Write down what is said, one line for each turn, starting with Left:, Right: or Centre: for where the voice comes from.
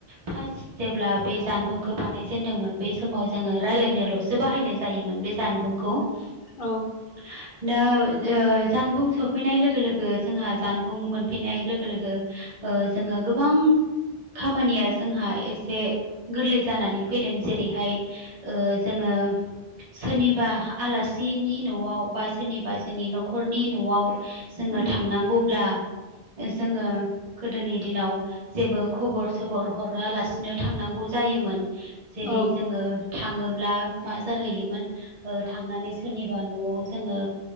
Right: फार्स्ट जेब्ला बे जानबुंखौ बानायजेनदोंमोन बै समाव जोङो रायज्लायनोल'सो बाहायनाय जायोमोन बे जानबुंखौ
Left: औ।
Right: <unintelligible> दा जानबुं सफैनाय लोगो लोगो जोंहा जानबुं मोनफैनाय लोगो लोगो जोङो गोबां खामानिया जोंहा एसे गोरलै जानानै फैदों जेरैहाय जोङो सोरनिबा आलासिनि न'आव बा सोरनिबा बा जोंनि न'खरनि न'आव जोङो
Left: उम
Right: थांनांगौब्ला जोङो गोदोनि दिनाव जेबो खबर सबर हरालासिनो थांनांगौ जायोमोन जेरै
Left: औ
Right: जोङो थाङोब्ला मा जाहैयोमोन थांनानै सोरनिबा न'आव जोङो